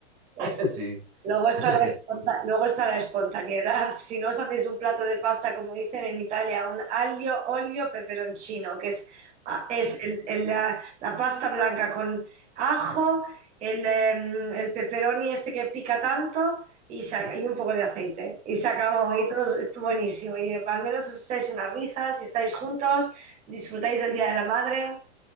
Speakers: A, on the right; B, on the right.
A: Es-
B: <laughs> Sí,
A: luego está
B: es el
A: la
B: gesto.
A: esponta- luego está la espontaneidad. <laughs> Si no os hacéis un plato de pasta, como dicen en Italia, un aglio, olio, peperoncino, que es, ah, es el- el, la, la pasta blanca con ajo, el, em, el pepperoni este que pica tanto y, se ac-
B: ¿no?
A: y un poco de aceite. Y se acabó, y todo es buenísimo. Y eh, al menos os echáis unas risas, si estáis juntos, disfrutáis del Día de la Madre.